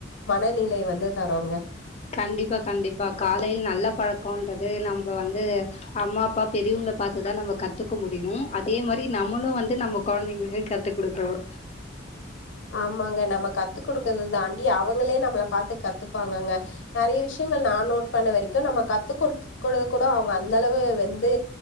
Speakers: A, on the left; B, on the left.
A: மனநிலை வந்து தருங்க
B: கண்டிப்பா கண்டிப்பா காலையில் நல்ல பழக்கோன்றது நம்ப வந்து அம்மா அப்பா பெரியவங்கள பாத்துதா நம்ம கத்துக்க முடியு அதே மாரி நம்மளு வந்து நம்ம கொழந்தைங்களுக்கு கத்து குடுக்கனு
A: ஆமாங்க நம்ம கத்து குடுக்கறது தாண்டி அவங்களே நம்மள பாத்து கத்துப்பாங்கங்க நெறய விஷயங்கள் நா நோட் பண்ண வரைக்கு நம்ம கத்து கொடுத்து கூட கூட அவுங்க அந்த அளவு வெந்து